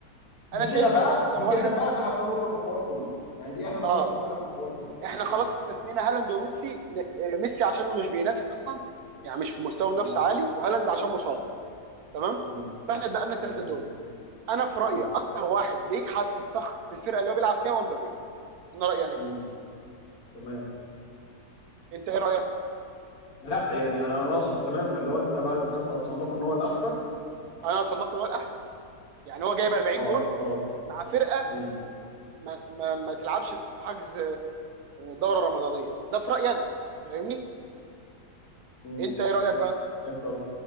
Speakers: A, on the left (about 65°); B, on the right (about 75°).
A: دي
B: انا شايف
A: كده بقى
B: ان اكتر
A: دي
B: واحد
A: كده بقى اهم نقطه في الحوار كله يعني دي اهم
B: اه
A: نقطه فعلا في الحوار كله
B: احنا
A: م-
B: خلاص استثنينا هالاند وميسي ل- آه، ميسي عشان مش بينافس اصلا يعني مش في مستوى
A: م-
B: منافسه عالي وهالاند عشان مصاب تمام
A: م.
B: فاحنا اتبقى الثلاثه
A: تمام
B: دول انا في رايي
A: م-
B: اكتر واحد بيجحد في الصخر في الفرقه اللي هو بيلعب فيها هو مبابي انا رايي انا
A: م.
B: كده
A: تمام
B: انت ايه رايك
A: لا يعني انا أنا اقصد تمام فاللي هو انت بعد فانت هتصنفه ان هو الاحسن
B: انا اصنفه هو الاحسن يعني هو جايب 40
A: اه
B: جون
A: خلاص
B: مع فرقه
A: امم
B: ما, ما, ما تلعبش في حجز آه، دوره رمضانيه ده في رايي انا فاهمني
A: امم
B: انت ايه رايك بقى
A: فهمت قصدك